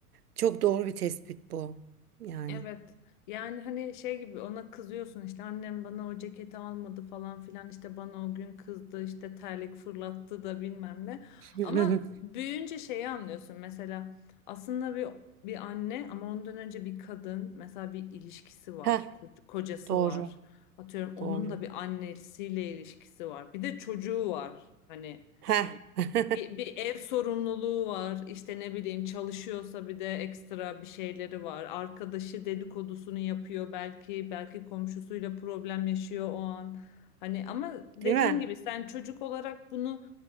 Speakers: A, on the right (about 75°); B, on the left (about 35°).
A: Çok doğru bir tespit bu. Yani.
B: Evet. Yani hani şey gibi ona kızıyorsun işte annem bana o ceketi almadı falan filan işte bana o gün kızdı işte terlik fırlattı da bilmem ne.
A: <laughs>
B: Ama büyüyünce şeyi anlıyorsun mesela aslında bir bir anne ama ondan önce bir kadın mesela bir ilişkisi var,
A: Ha
B: ko- kocası
A: doğru,
B: var. Atıyorum onun
A: doğru.
B: da bir annesiyle ilişkisi var. Bir de çocuğu var. Hani
A: ha <laughs>
B: Bir, bir ev sorumluluğu var. İşte ne bileyim çalışıyorsa bir de ekstra bir şeyleri var. Arkadaşı dedikodusunu yapıyor belki, belki komşusuyla problem yaşıyor o an. Hani ama dediğin
A: Değil mi?
B: gibi sen çocuk olarak bunu